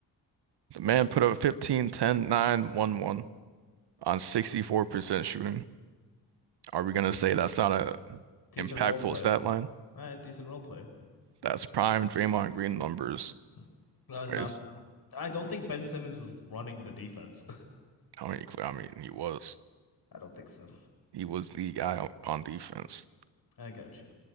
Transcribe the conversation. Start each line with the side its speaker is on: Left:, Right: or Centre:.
Right: The man put up 15, 10, 9, 1, 1 on 64% shooting. Are we gonna say that's not a
Left: Decent
Right: impactful
Left: role player.
Right: stat line?
Left: Uh, decent role player.
Right: That's prime Draymond Green numbers.
Left: I was
Right: Is
Left: not. I don't think Ben Simmons was running the defense.
Right: how many clear I mean he was.
Left: <laughs> I don't think so.
Right: He was the guy on, on defense.
Left: I got you.